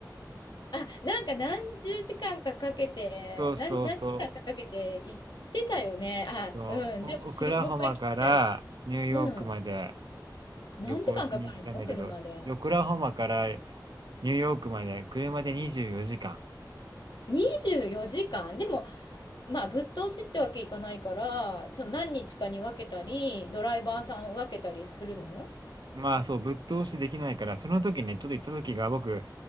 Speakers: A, on the left; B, on the right.
A: あ、なんか何十時間かかけて、
B: そうそうそう、
A: 何、何時間かかけて行ってたよね。あ、
B: そう、
A: うん。でも知り、
B: オオクラホマからニューヨークまで
A: もう一回聞きたい。うん。何時間かかるの車で。
B: 旅行しに行ったんだけど、オクラホマからニューヨークまで車で24時間。
A: 24時間でも、まあ、ぶっ通しってわけいかないから、その何日かに分けたり、ドライバーさん分けたりするの
B: まあそう、ぶっ通しできないから、その時ね、ちょっと行った時が僕、